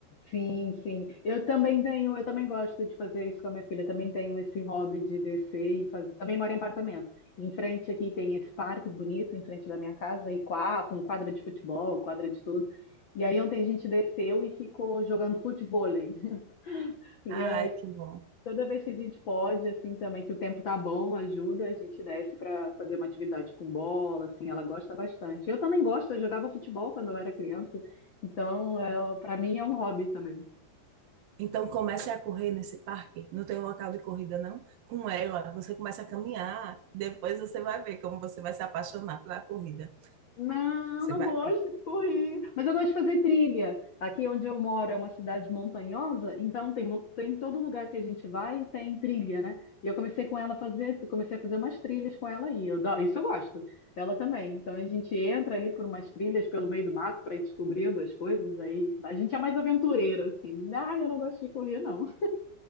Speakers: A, on the left (about 70°); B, on the right (about 75°).
A: Sim, sim. Eu também tenho, eu também gosto de fazer isso com a minha filha. Também tenho esse hobby de descer e fazer. Também moro em apartamento. Em frente aqui tem esse parque bonito em frente da minha casa e qua- com quadra de futebol, quadra de tudo. E aí ontem a gente desceu e ficou jogando futevôlei. <laughs> E
B: Ai,
A: aí
B: que bom.
A: toda vez que a gente pode, assim também que o tempo tá bom, ajuda, a gente desce para fazer uma atividade com bola, assim, ela gosta bastante. Eu também gosto, eu jogava futebol quando eu era criança. Então, é, para mim é um hobby também.
B: Então comece a correr nesse parque. Não tem um local de corrida, não? Com ela, você começa a caminhar. Depois você vai ver como você vai se apaixonar pela corrida.
A: Não,
B: Você
A: não
B: vai
A: gosto
B: ver.
A: de correr, mas eu gosto de fazer trilha. Aqui onde eu moro é uma cidade montanhosa, então tem, mon- tem todo lugar que a gente vai tem trilha, né? E eu comecei com ela a fazer, comecei a fazer umas trilhas com ela aí. Eu dou- isso eu gosto. Ela também. Então a gente entra ali por umas trilhas pelo meio do mato para ir descobrindo as coisas aí. A gente é mais aventureira assim. Ah, eu não gosto de correr não.